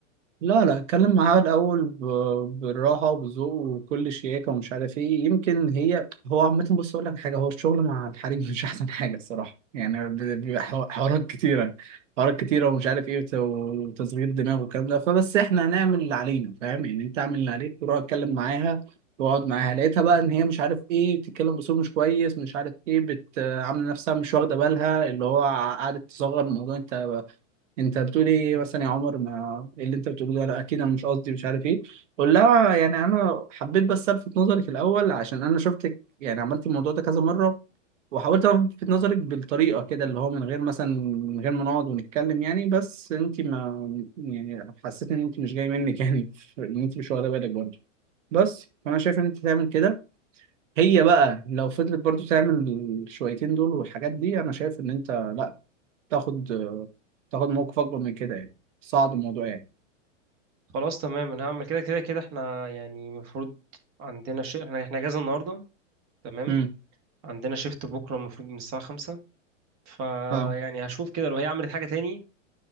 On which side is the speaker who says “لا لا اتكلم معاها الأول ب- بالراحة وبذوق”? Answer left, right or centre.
Right